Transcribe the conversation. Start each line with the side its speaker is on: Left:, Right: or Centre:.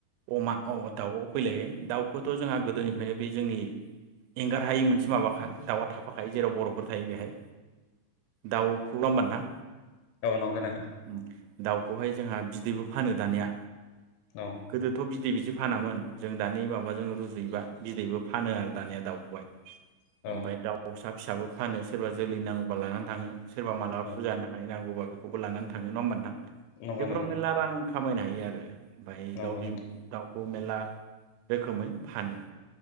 Right: अमा औ दाउ फैलाय दाउखौथ' जोंहा गोदोनिफायनो बे जोंनि एंगार हायि मोनसे माबाखा दाउआ थाफाखायो जेराव बर'फोर थायो बेहाय। दाउखौ नंङा होमबा नोंथां
Left: औ नंगो नोंथां।
Right: उम दाउखौहाय जोंहा बिदैबो फानो दानिया।
Left: औ
Right: गोदोथ' बिदै बिदि फानामोन जों दानि माबाजों रुजुयोबा बिदैबो फानो आरो दानिया दाउखौहाय
Left: औ
Right: ओमफाय दाउसा फिसाबो फानो सोरबा जोलै नां गौबा लानानै थाङो। सोरबा मालाबा
Left: औ
Right: फुजानि थाखाय नांगौबा बेखौबो लानानै थाङो नङा होमबा नोंथां? बेफोराव
Left: नंगौ नंगौ
Right: मेलला रां खामायनो हायो आरो ओमफाय
Left: नंगौ
Right: दाउ बिम
Left: नोंथां
Right: दाउ खौ मेला रोखोमै फानो।